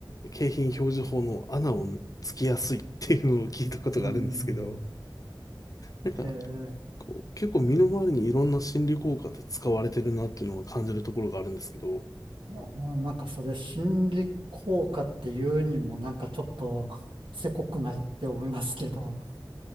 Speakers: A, on the left; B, on the right.
A: 景品表示法の穴をつきやすいっていうのを聞いたことがあるんですけど、
B: うん。
A: なんか
B: へえ、
A: こう結構身の回りにいろんな心理効果って使われてるなっていうのは感じるところがあるんですけど、
B: うん、ななんかそれ心理効果っていうにもなんかちょっとせこくないって思いますけど、